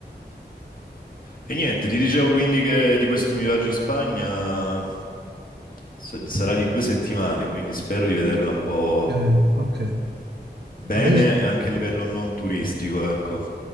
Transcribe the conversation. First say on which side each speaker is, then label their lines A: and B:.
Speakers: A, on the left; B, on the right.
A: E niente, ti dicevo quindi che di questo mio viaggio in Spagna... sa- sarà di due settimane, quindi spero di vederla un po'
B: Ok, ok.
A: bene
B: Adesso?
A: e anche a livello non turistico, ecco.